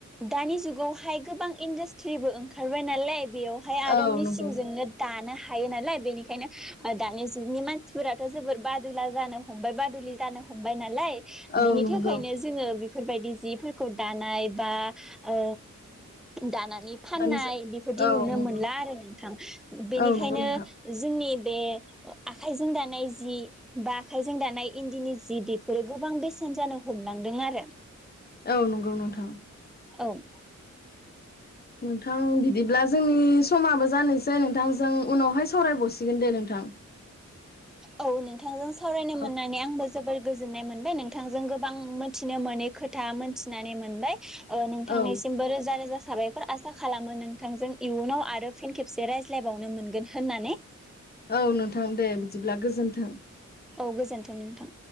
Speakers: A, in the centre; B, on the left (about 30°).
A: दानि जुगावहाय गोबां इन्डासट्रिबो ओंखारबाय नालाय बेयावहाय आरो
B: औ
A: मिेसिंजोंनो
B: नंगौ
A: दानो हा थायो नालाय बेनिखायनो दानि जुगनि मानसिफोराथ' जोबोर बादुला जानो हमबाय बादुलि जानो हमबाय नालाय
B: औ
A: बिनि
B: नंगौ
A: थाखायनो जोङो बेफोरबायदि जिब फोरखौ दानाय बा ओ दानानै नि फाननाय
B: दानिसो
A: बेफोरदि
B: औ
A: नुनो
B: नंगौ
A: मोनला आरो नोंथां बेनिखायनो
B: औ नंगौ नोंथां
A: जोंनि बे आखाइजों दानाय जि बा आखाइजों दानाय इन्दिनि जि बेफोरो गोबां बेसेन जानो हमलांदों आरो।
B: औ नंगौ नोंथां।
A: औ।
B: नोंथां बिदिब्ला जोंनि समाबो जानोसै नोंथांजों उनावहाय सावरायबावसिगोन दे नोंथां।
A: औ नोंथांजों सावरायनो
B: औ
A: मोननानै आंबो जोबोर गोजोननाय मोनबाय नोंथांजों गोबां मोनथिनो मोनै खोथा मोनथिनानै मोनबाय। नोंथांनिसिमबो
B: औ
A: रोजा रोजा साबायखर आसा खालामो नोंथांजों इयुनाव आरो फिन खेबसे रायज्लायबावनो मोनगोन होननानै।
B: औ नोंथां दे बिदिब्ला गोजोन्थों
A: औ गोजोनथों नोंथां।